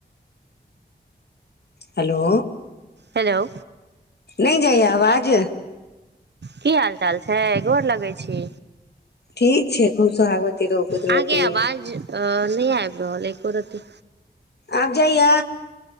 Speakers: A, on the left; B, on the right.
A: हेलो
B: हेलो
A: नै जाइय आवाज
B: की हाल चाल छै गोर लगै छी
A: ठीक छै खूब सोहागवती रहू पुत्रवती
B: आहँ के अवाज
A: रहू
B: अ नहि आबि रहल एकोरति
A: आब जाइया